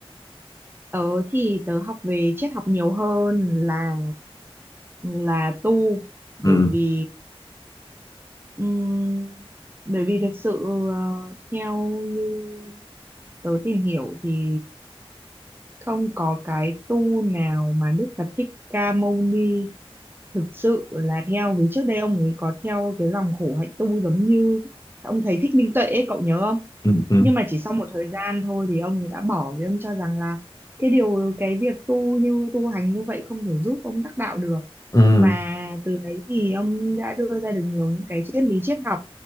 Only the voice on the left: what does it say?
Ừ,
ừ, ừ,
ừ,